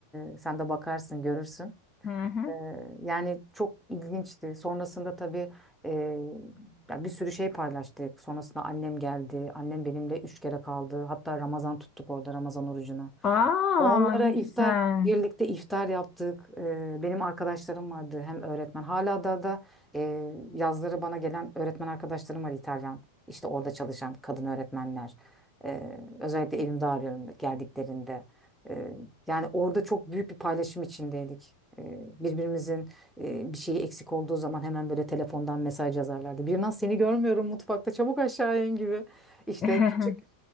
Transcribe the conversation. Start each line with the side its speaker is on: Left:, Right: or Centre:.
Centre: E, sen de bakarsın, görürsün.
Left: Hı hı.
Centre: Ee, Yani çok ilginçti. Sonrasında tabii e, ya bir sürü şey paylaştık. Sonrasında annem geldi. Annem benimle üç kere kaldı. Hatta Ramazan tuttuk orada Ramazan orucunu.
Left: Aa
Centre: Onlara
Left: ne
Centre: iftar
Left: güzel.
Centre: birlikte iftar yaptık. Ee, benim arkadaşlarım vardı hem öğretmen hala da da e, yazları bana gelen öğretmen arkadaşlarım var İtalyan. İşte orada çalışan kadın öğretmenler. Ee, özellikle evimde arıyorum geldiklerinde. Ee, yani orada çok büyük bir paylaşım içindeydik. Ee, birbirimizin e, bir şeyi eksik olduğu zaman hemen böyle telefondan mesaj yazarlardı. Bir seni görmüyorum mutfakta çabuk aşağı in gibi. İşte
Left: <laughs>
Centre: küçük